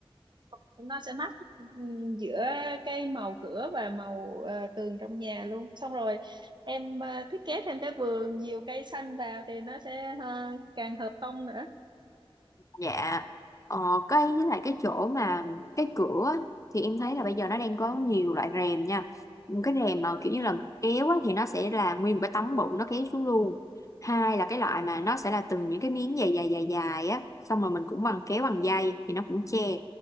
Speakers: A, on the right; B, on the left.
A: ờ, nó sẽ match ừm, giữa cái màu cửa và màu ờ, tường trong nhà luôn. Xong rồi em ờ, thiết kế thêm cái vườn nhiều cây xanh vào thì nó sẽ ờ, càng hợp tông nữa.
B: Dạ, ờ, cái với lại cái chỗ mà cái cửa á, thì em thấy là bây giờ nó đang có nhiều loại rèm nha. Một cái rèm mà kiểu
A: Ừ.
B: như là mình kéo á, thì nó sẽ là nguyên một cái tấm bự nó kéo xuống luôn. Hai là cái loại mà nó sẽ là từng những cái miếng dài dài dài dài á, xong rồi mình cũng bằng kéo bằng
A: ừ.
B: dây thì nó cũng che.